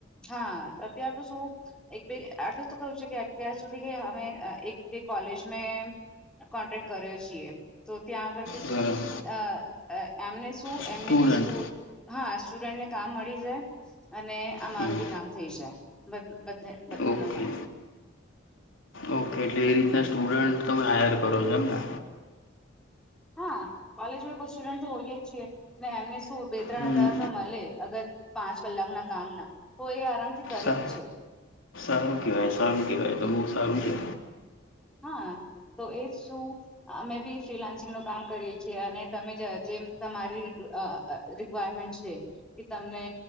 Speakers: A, in the centre; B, on the left (about 85°).
A: હા અત્યાર તો શું. એક બે, આટલુંતો કઉ છું કે અત્યાર સુધી કે અમે અ એક બે કોલેજ મેં કોન્ટેક્ટ કર્યો છીએ, તો ત્યાં આગળથી
B: બરાબર
A: શું અ અ આમને શું,
B: સ્ટુડન્ટ
A: એમને બી સ્કૂ, હા સ્ટુડન્ટને કામ મળી જાય. અને આમારું
B: હમ,
A: બી કામ થઈ જાય, બધ બધે બધાનું
B: ઓકે
A: કામ.
B: ઓકે, એટલે એ રીતના સ્ટુડન્ટ તમે હાયર કરો છો એમને?
A: હા, કોલેજમાં કોઈ સ્ટુડન્ટ તો હોય જ છીએ. ને એમને શું બે ત્રણ
B: હમ,
A: હજાર તો મળે, અગર પાંચ કલાકના કામ ના. તો એ આરામથી કરેજ
B: સા
A: છે.
B: સારું કેહેવાય, સારું કેવાય, તો બહુ સારું છે.
A: હા, તો એજ શું. અમે બી ફ્રીલાન્સિંગ નું કામ કરીએ છીએ, અને તમે જેમ તમારી અ અ અ રી કવાયરમેન્ટ છે, કે તમને